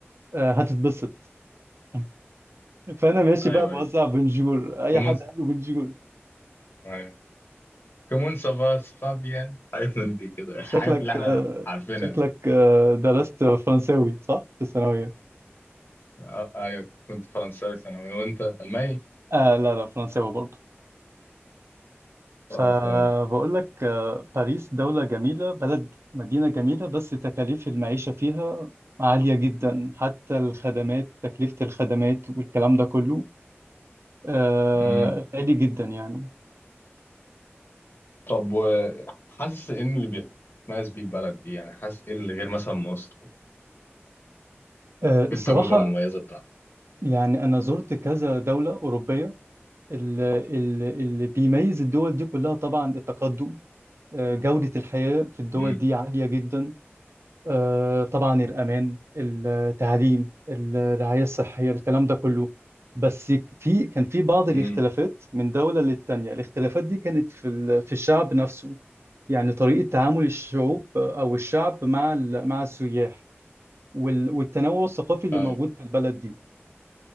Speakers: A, on the right; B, on the left.
A: آه، هتتبسط <laughs> فانا ماشي
B: ايوه
A: بقى بوزع
B: ايوه
A: بونجور اي
B: كومون
A: حد قال له بونجور
B: ايوه كومون سافاس فابيان حاجات من دي كده
A: انت
B: <laughs> الحاجات
A: شكلك
B: اللي احنا
A: آه،
B: عارفينها
A: شكلك
B: دي
A: آه، درست فرنساوي صح في الثانويه
B: آه. ايوه كنت فرنساوي ثانوي وانت الماني
A: آه لا لا فرنساوي برضه فبقول
B: فرنساوي
A: لك آه، باريس دولة جميلة بلد مدينة جميلة بس تكاليف المعيشة فيها عالية جدا حتى الخدمات تكلفة الخدمات والكلام ده كله آه،
B: إيه.
A: غالي جدا يعني
B: طب وحاسس ان اللي بيتميز بيه البلد دي يعني حاسس ايه اللي غير مثلا مصر
A: آه، الصراحة
B: ايه التجربه المميزه بتاعتك
A: يعني أنا زرت كذا دولة أوروبية ال- ال- اللي بيميز الدول دي كلها طبعا التقدم آه، جودة الحياة في الدول
B: امم
A: دي عالية جدا آه، طبعا الأمان التعليم الرعاية الصحية الكلام ده كله بس في كان في بعض
B: امم
A: الاختلافات من دولة للتانية الاختلافات دي كانت في ال- في الشعب نفسه يعني طريقة تعامل الشعوب آه، أو الشعب مع ال- مع السياح وال- والتنوع الثقافي اللي
B: ايوه
A: موجود في البلد دي